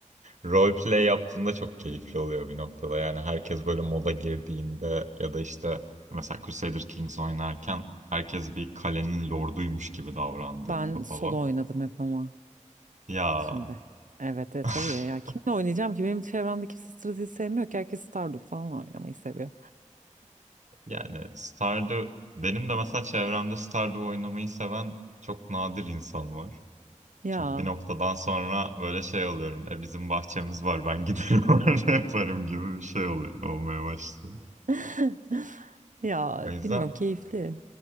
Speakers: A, on the right; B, on the right.
A: Roleplay yaptığında çok keyifli oluyor bir noktada. Yani herkes böyle moda girdiğinde ya da işte mesela Crusader Kings oynarken herkes bir kalenin lorduymuş gibi davrandığında
B: Ben
A: falan.
B: solo oynadım hep ama
A: Ya
B: şimdi. Evet evet
A: <laughs>
B: tabii ya. Kimle oynayacağım ki? Benim çevremde kimse strateji sevmiyor ki. Herkes Stardew falan oynamayı seviyor.
A: yani Stardew benim de mesela çevremde Stardew oynamayı seven çok nadir insan var.
B: Ya.
A: Çünkü bir noktadan sonra böyle şey oluyorum. E bizim bahçemiz var ben giderim <laughs> orada yaparım gibi bir şey oluyor. Olmaya başlıyor.
B: <laughs> Ya
A: O yüzden
B: bilmiyorum keyifli.